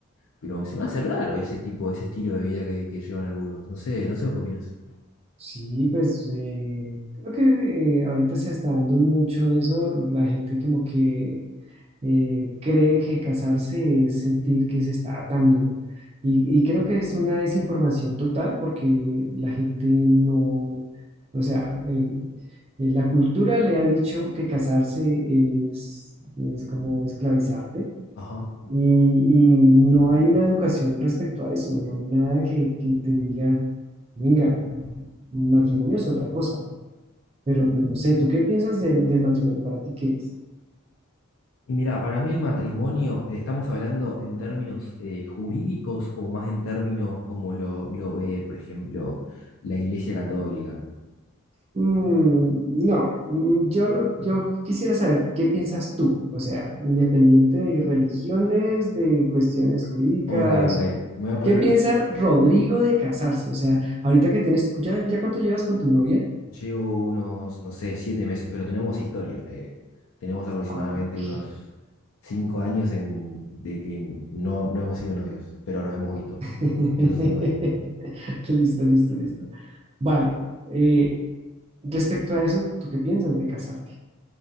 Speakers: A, on the left (about 70°); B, on the right (about 30°).
A: pero se me hace raro ese tipo, ese estilo de vida que, que llevan algunos. No sé, no sé vos qué opinás.
B: sí, pues eh, creo que eh, ahorita se está dando mucho eso, la gente como que eh, cree que casarse es sentir que se está atando y, y creo que es una desinformación total porque la gente no, o sea, eh, eh, la cultura le ha dicho que casarse es, es como esclavizarte.
A: Ajá.
B: Y, y no hay una educación respecto a eso, no hay nada que, que te diga, venga, matrimonio es otra cosa, pero pues no sé, ¿tú qué piensas del, del matrimonio? ¿Para ti qué es?
A: Y mira, para mí el matrimonio, eh, ¿estamos hablando en términos eh, jurídicos o más en términos como lo, lo ve, por ejemplo, la Iglesia Católica?
B: Mm, no, mm, yo, lo, yo quisiera saber qué piensas tú, o sea, independiente de religiones, de cuestiones jurídicas,
A: Ok, ok, me voy a poner,
B: ¿qué piensa Rodrigo de casarse? O sea, ahorita que tienes, ¿ya, ya cuánto llevas con tu novia?
A: llevo unos, no sé, siete meses, pero tenemos historia. eh, tenemos aproximadamente
B: Ah, ok.
A: unos cinco años en, de que no, no hemos sido novios, pero nos hemos visto
B: <laughs>
A: en esos cinco años.
B: Listo, listo, listo. Vale. eh, respecto a eso, ¿tú qué piensas de casarte?